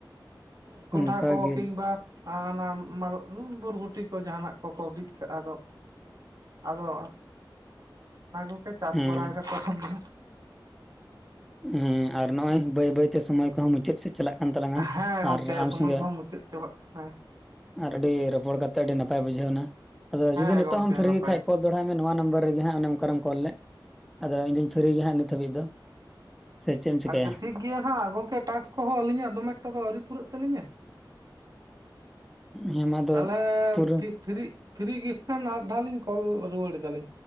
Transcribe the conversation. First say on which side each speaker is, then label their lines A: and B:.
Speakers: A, on the right; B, in the centre.
A: ᱦᱩᱸ ᱠᱚᱸᱱᱰᱦᱟ
B: ᱚᱱᱠᱟ
A: ᱠᱚ
B: ᱜᱮ
A: ᱠᱤᱝᱵᱟ ᱟᱨ ᱚᱱᱟᱢᱟᱞ ᱵᱩᱨᱵᱩᱴᱤ ᱠᱚ ᱡᱟᱦᱟᱱᱟᱜ ᱠᱚᱠᱚ ᱵᱤᱫ ᱠᱟᱜᱼᱟ ᱫᱚ᱾ ᱟᱫᱚ ᱚᱱᱟ ᱠᱚᱯᱮ ᱪᱟᱥ
B: ᱦᱮᱸ
A: ᱵᱟᱲᱟᱭᱮᱫᱟ ᱛᱚᱠᱷᱚᱱ ᱫᱚ ᱦᱟᱸᱜ᱾
B: ᱦᱮᱸ ᱟᱨ ᱱᱚᱜᱼᱚᱭ ᱵᱟᱹᱭ ᱵᱟᱹᱭᱛᱮ ᱥᱚᱢᱚᱭ ᱠᱚᱦᱚᱸ ᱢᱩᱪᱟᱹᱫ ᱥᱮᱫ ᱪᱟᱞᱟᱜ ᱠᱟᱱ ᱛᱟᱞᱟᱝᱟ
A: ᱦᱟᱸᱜ ᱦᱮᱸ ᱜᱚᱝᱠᱮ
B: ᱟᱨ ᱟᱢ
A: ᱥᱚᱢᱚᱭ
B: ᱥᱚᱸᱜᱮ
A: ᱠᱚᱦᱚᱸ ᱢᱩᱪᱟᱹᱫ ᱪᱟᱵᱟᱜ ᱠᱟᱱᱟ
B: ᱟᱨ ᱟᱹᱰᱤ ᱨᱚᱯᱚᱲ ᱠᱟᱛᱮᱜ ᱟᱹᱰᱤ ᱱᱟᱯᱟᱭ ᱵᱩᱡᱷᱟᱹᱣᱱᱟ ᱟᱫᱚ
A: ᱦᱮᱸ
B: ᱡᱩᱫᱤ ᱱᱤᱛᱚᱜ
A: ᱜᱚᱝᱠᱮ
B: ᱦᱚᱢ ᱯᱷᱤᱨᱤ
A: ᱱᱟᱯᱟᱭ
B: ᱜᱮ ᱠᱷᱟᱡ ᱠᱚᱞ ᱫᱚᱦᱲᱟᱭ ᱢᱮ ᱱᱚᱣᱟ ᱱᱟᱢᱵᱟᱨ ᱨᱮᱜᱮ ᱦᱟᱸᱜ ᱚᱱᱮ ᱚᱠᱟᱨᱮᱢ ᱠᱚᱞ ᱞᱮᱫ ᱟᱫᱚ ᱤᱧᱫᱚᱧ ᱯᱷᱤᱨᱤ ᱜᱮ ᱦᱟᱸᱜ ᱱᱤᱛ ᱫᱚ ᱦᱟᱹᱵᱤᱡ ᱫᱚ᱾ ᱥᱮ ᱪᱮᱫ ᱮᱢ ᱪᱤᱠᱟᱹᱭᱟ
A: ᱟᱪᱪᱷᱟ ᱴᱷᱤᱠ ᱜᱮᱭᱟ ᱦᱟᱸᱜ ᱜᱚᱝᱠᱮ ᱴᱟᱥᱠ ᱠᱚᱦᱚᱸ ᱟᱹᱞᱤᱧᱟᱜ ᱫᱚᱢᱮ ᱮᱠᱴᱟ ᱫᱚ ᱟᱹᱣᱨᱤ ᱯᱩᱨᱟᱹᱜ ᱛᱟᱹᱞᱤᱧᱟ᱾
B: ᱦᱮᱸ ᱢᱟ ᱟᱫᱚ
A: ᱛᱟᱦᱞᱮ
B: ᱯᱩᱨᱟᱹ
A: ᱯᱷᱤᱜ ᱯᱷᱤᱨᱤᱜ ᱯᱷᱨᱤ ᱜᱤᱯᱷ ᱠᱷᱟᱱ ᱟᱨᱫᱷᱟᱣ ᱞᱤᱧ ᱠᱚᱞ ᱨᱩᱣᱟᱹᱲ ᱮᱫᱟᱞᱤᱧ᱾